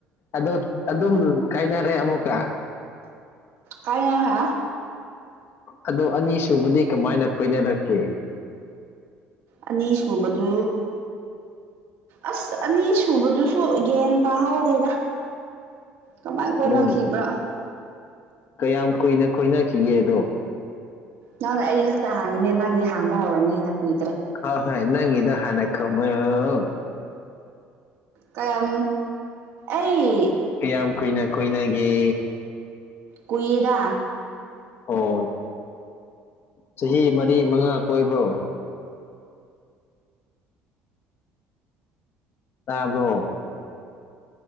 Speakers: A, on the left; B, on the right.
A: ꯑꯗꯣ ꯑꯗꯨꯝ ꯀꯥꯏꯅꯔꯦ ꯑꯃꯨꯛꯀꯥ
B: ꯀꯥꯏꯅꯍꯦ
A: ꯑꯗꯣ ꯑꯅꯤꯁꯨꯨꯕꯗꯤ ꯀꯃꯥꯏꯅ ꯀꯣꯏꯅꯔꯛꯀꯦ
B: ꯑꯅꯤꯁꯨꯕꯗꯨ ꯑꯁ ꯑꯅꯤ ꯁꯨꯕꯗꯨꯁꯨ ꯒꯦꯟ ꯇꯥꯍꯧꯗꯦꯗ ꯀꯃꯥꯏ ꯀꯣꯏꯅꯈꯤꯕ꯭ꯔꯥ
A: ꯑꯗꯨꯝ ꯀꯌꯥꯝ ꯀꯨꯏꯅ ꯀꯣꯏꯅꯈꯤꯒꯦ ꯑꯗꯣ
B: ꯅꯪꯅ ꯑꯩ ꯈꯛꯇꯥ ꯍꯥꯡꯉꯤꯅꯦ ꯅꯪꯒꯤ ꯍꯥꯡꯕ ꯍꯧꯔꯅꯤ ꯑꯩꯅ ꯀꯨꯏ
A: ꯍꯣ ꯍꯣꯏ ꯅꯪꯒꯤꯗꯨ ꯍꯥꯟꯅ ꯈꯨꯝꯃꯣꯏꯔꯣ
B: ꯀꯌꯥꯝ ꯑꯩ
A: ꯀꯌꯥꯝ ꯀꯨꯏꯅ ꯀꯣꯏꯅꯒꯦ
B: ꯀꯨꯏꯗꯥ
A: ꯑꯣ ꯆꯍꯤ ꯃꯔꯤ ꯃꯉꯥ ꯀꯣꯏꯕ꯭ꯔꯣ ꯇꯥꯕ꯭ꯔꯣ